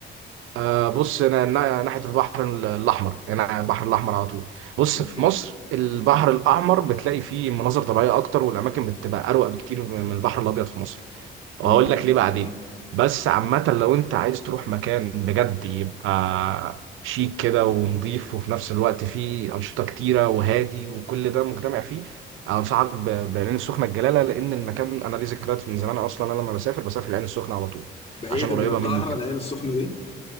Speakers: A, on the right; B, on the left.
A: آه، بص انا أنا- ناحيه البحر ال- الاحمر يعني البحر الاحمر على طول بص
B: أوكي
A: في مصر البحر الاحمر بتلاقي فيه مناظر طبيعيه اكتر والاماكن بتبقى اروق بكتير من من البحر الابيض في مصر وهقول
B: مم.
A: لك ليه بعدين
B: تمام
A: بس عامه لو انت عايز تروح مكان بجد يبقى شيك كده ونضيف وفي نفس الوقت فيه انشطه كتيره وهادي وكل ده مجتمع فيه انصحك ب- بالعين السخنه الجلاله لان المكان انا ليه ذكريات من زمان اصلا انا لما بسافر بسافر العين السخنه على طول
B: بعيدة
A: عشان قريبه
B: من القاهرة
A: مني
B: العين السخنة دي